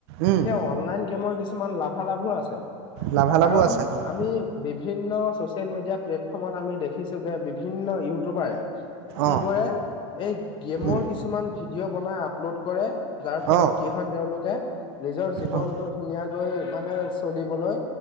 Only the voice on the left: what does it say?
সেই অনলাইন গেমৰ কিছু কিছুমান লাভালাভো আছে
কাৰণ
আমি বিভিন্ন ছচিয়েল মিডিয়া প্লেটফৰ্মত আমি দেখিছো যে বিভিন্ন ইউটিউবাৰে কি
কৰে এই গেমৰ
কিছুমান ভিডিঅ' বনাই আপলোড কৰে যাৰ ফলত
কি হয় তেওঁলোকে নিজৰ জীৱনটো
ধুনীয়াকৈ মানে চলিবলৈ